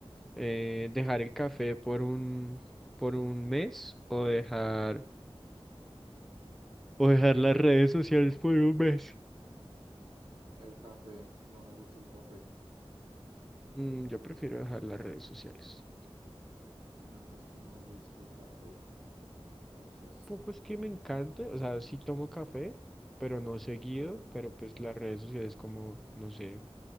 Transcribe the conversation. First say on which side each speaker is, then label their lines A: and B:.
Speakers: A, in the centre; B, on the right.
A: eh, ¿dejar el café por un, por un mes o dejar, o dejar las redes sociales por un mes?
B: El café, no me gusta el café.
A: Mm, yo prefiero dejar las redes sociales.
B: No, es que no me gusta el café. Entonces,
A: poco es que me encante, o sea, sí tomo café, pero no seguido,
B: ajá.
A: pero pues las redes sociales como, no sé,